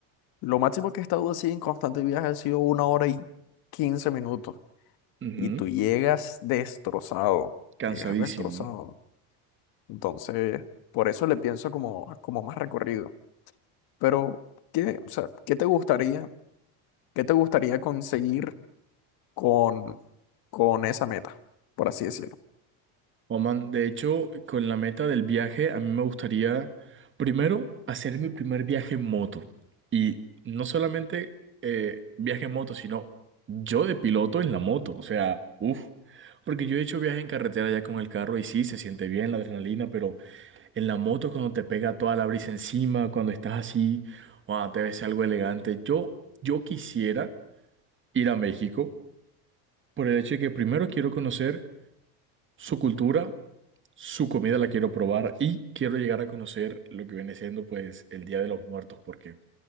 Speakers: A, on the left; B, on the right.
A: Lo máximo que he estado así en constante viaje ha sido una hora y quince minutos.
B: Ujú,
A: Y tú llegas destrozado.
B: Cansadísimo,
A: Llegas destrozado.
B: ¿no?
A: Entonces, por eso le pienso como, como más recorrido. Pero, ¿qué, o sea, qué te gustaría, qué te gustaría conseguir con, con esa meta? Por así decirlo.
B: Oh, man, de hecho, con la meta del viaje, a mí me gustaría primero hacer mi primer viaje en moto. Y no solamente eh, viaje en moto, sino yo de piloto en la moto. O sea, uff. Porque yo he hecho viaje en carretera ya con el carro y sí, se siente bien la adrenalina, pero en la moto cuando te pega toda la brisa encima, cuando estás así, wow, te ves algo elegante. Yo, yo quisiera ir a México por el hecho de que primero quiero conocer su cultura, su comida la quiero probar y quiero llegar a conocer lo que viene siendo pues el Día de los Muertos, porque